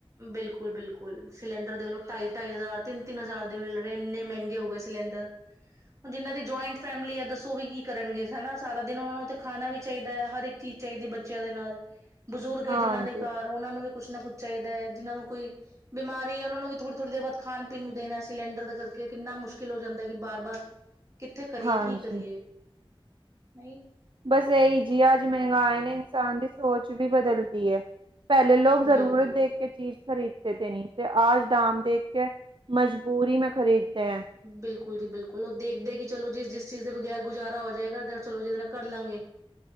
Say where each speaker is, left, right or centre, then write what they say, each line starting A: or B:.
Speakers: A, on the right; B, on the right.
A: ਬਿਲਕੁਲ- ਬਿਲਕੁਲ, ਸਿਲੰਡਰ ਦੇਖ ਲੋ ਢਾਈ-ਢਾਈ ਹਜ਼ਾਰ, ਤਿੰਨ-ਤਿੰਨ ਹਜ਼ਾਰ, ਦੇ ਮਿਲ ਰਹੇ ਇੰਨੇ ਮਹਿੰਗੇ ਹੋ ਗਏ ਸੀ। ਸਿਲੰਡਰ। ਹੁਣ ਜਿਨ੍ਹਾਂ ਦੀ ਜੋਆਇੰਟ ਫੈਮਲੀ ਐ, ਦੱਸੋ ਉਹ ਵੀ ਕੀ ਕਰਨਗੇ, ਹਨਾ। ਸਾਰਾ ਦਿਨ ਉਹਨਾਂ ਨੂੰ ਤੇ ਖਾਣਾ ਵੀ ਚਾਹੀਦਾ ਐ। ਹਰ ਇੱ ਚੀਜ਼ ਚਾਈਦੀ ਬੱਚਿਆਂ ਦੇ ਨਾਲ ਬਜ਼ੁਰਗ ਐ
B: ਹਾਂਜੀ।
A: ਜਿਨਾਂ ਦੇ ਘਰ ਓਨਾਂ ਨੂੰ ਵੀ ਕੁੱਛ ਨਾ ਕੁੱਛ ਚਾਈ ਜਿਨਾਂ ਨੂੰ ਕੋਈ ਬਿਮਾਰੀ ਐ। ਉਹਨਾਂ ਨੂੰ ਵੀ ਥੋੜ੍ਹੀ-ਥੋੜੀ ਦੇਰ ਬਾਅਦ ਖਾਣ-ਪੀਣ ਨੂੰ ਦੇਣਾ। ਸਿਲੰਡਰ ਦਾ ਕਰਕੇ ਕਿੰਨਾ ਮੁਸ਼ਕਿਲ ਹੋ ਜਾਂਦਾ ਐ, ਕਿ ਬਾਰ-ਬਾਰ ਕਿੱਥੇ ਕਰੀਏ?
B: ਹਾਂਜੀ
A: ਕੀ ਕਰੀਏ? ਨਹੀਂ
B: ਬਸ ਐਈ ਜੀ ਅੱਜ ਮਹਿੰਗਾਈ ਨੇ ਇਨਸਾਨ ਦੀ ਸੋਚ ਵੀ ਬਦਲਤੀ ਐ। ਪਹਿਲੇ ਲੋਕ ਜ਼ਰੂਰਤ
A: ਬਿਲਕੁਲ।
B: ਦੇਖ ਕੇ ਚੀਜ਼ ਖ਼ਰੀਦਦੇ ਤੇ ਨੀ, ਤੇ ਆਜ ਦਾਮ ਦੇਖ ਕੇ। ਮਜਬੂਰੀ ਮੇਂ ਖ਼ਰੀਦਦੇ ਤੇ ਹੈ।
A: ਬਿਲਕੁਲ ਜੀ, ਬਿਲਕੁਲ। ਉਹ ਦੇਖਦੇ ਕਿ ਚਲੋ ਜੀ, ਜਿਸ ਚੀਜ਼ ਦੇ ਬਗੈਰ ਗੁਜ਼ਾਰਾ ਹੋਜੇਗਾ। ਚਲੋ, ਜੀਦੇ ਨਾਲ ਕਰਲਾਂ ਗੇ।